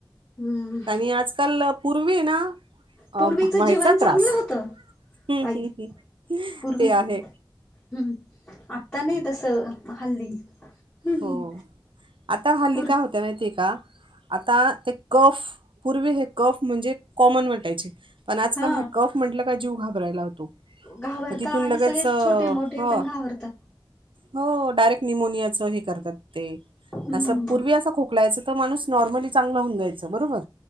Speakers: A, on the left; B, on the right.
A: हम्म.
B: आणि आजकाल पूर्वी आहे ना
A: पूर्वीचं
B: व्हायचा
A: जीवन चांगलं
B: त्रास
A: होतं ताई
B: हम्म, हम्म, हम्म.
A: पूर्वी
B: ते आहे
A: हम्म आता नाही तसं हल्ली हम्म
B: हो आता हल्ली
A: पूर
B: काय होत माहितीय का आता ते कफ पूर्वी हे कफ म्हणजे कॉमन वाटायचे पण आजकाल
A: हा
B: हे कफ म्हटलं का जीव घाबरायला होतो
A: घाबरता
B: म तिथून
A: आणि
B: लगेच
A: सगळे
B: हो
A: छोटे मोठे पण घाबरता
B: हो डायरेक्ट न्युमोनियाचं हे करतात ते
A: हम्म
B: असं पूर्वी असं खोकलायचं तर माणूस नॉर्मली चांगला होऊन जायचं बरोबर